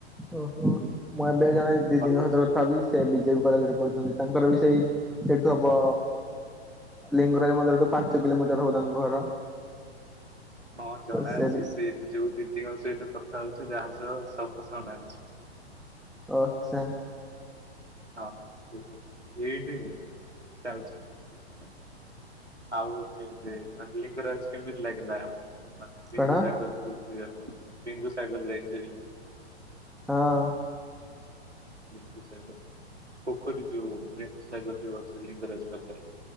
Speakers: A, in the centre; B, on the right.
A: ଓହୋ ମୁଁ ଏବେ ଜଣେ ଦିଦିଙ୍କ
B: କଲେଜ
A: ସହିତ କଥା ହେଉଥିଲି। ସେ ବିଜେପି କଲେଜରେ ପଢୁଛନ୍ତି। ତାଙ୍କର ବି ସେଇ ସେଇଠୁ ହବ ଲିଙ୍ଗରାଜ ମନ୍ଦିରଠୁ ପାଞ୍ଚ କିଲୋମିଟର ହବ ତାଙ୍କ ଘର।
B: ହଁ ଜଣାଅଛି
A: ତ ବି
B: ସେ ଯୋଉ ଦିଦିଙ୍କ ସହିତ କଥା ହଉଛି ଯାହା ସହ ସବୁ ଜଣାଅଛି।
A: ଓ, ଆଚ୍ଛା
B: <inaudible> ଆଉ କେମିତି ମାନେ ଲିଙ୍ଗରାଜ କେମିତି ଲାଗିଲା? ମାନେ ବିନ୍ଦୁ
A: କଣ
B: ସାଗର ବୁଲି ଯିବାକୁ, ବିନ୍ଦୁ ସାଗର ଯାଇଥିଵେ।
A: ହଁ
B: ବିନ୍ଦୁସାଗର ପୋଖରୀ ଯଉ। ବିନ୍ଦୁସାଗର ଯଉ ଅଛି ଲିଙ୍ଗରାଜ ପାଖରେ।